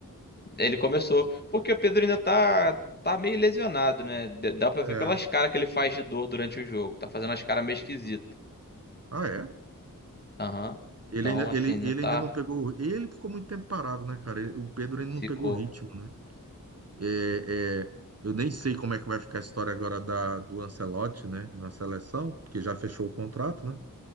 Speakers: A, on the left; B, on the right.
A: Ele começou, porque o Pedro ainda tá tá meio lesionado, né? D- Dá pra
B: é?
A: ver
B: É.
A: pelas caras que ele faz de dor durante o jogo. Tá fazendo as caras meio esquisitas.
B: Ah, é?
A: Aham.
B: Ele
A: Então,
B: ainda,
A: assim,
B: ele,
A: não
B: ele
A: tá.
B: ainda não pegou. Ele ficou muito tempo parado, né, cara? Ele- O Pedro ainda não
A: Ficou.
B: pegou ritmo, né? É, é, eu nem sei como é que vai ficar a história agora da, do Ancelotti, né, na seleção, porque já fechou o contrato, né?